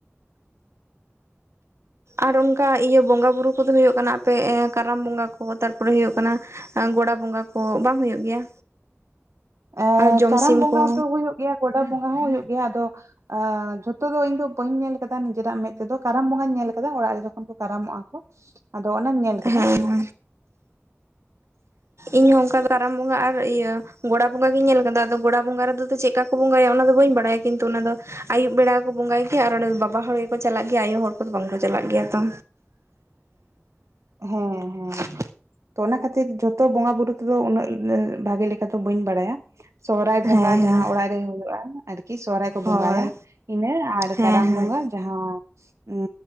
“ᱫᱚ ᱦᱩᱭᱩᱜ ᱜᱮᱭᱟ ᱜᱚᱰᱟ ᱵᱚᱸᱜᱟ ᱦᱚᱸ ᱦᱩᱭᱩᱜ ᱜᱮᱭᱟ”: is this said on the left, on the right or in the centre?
Right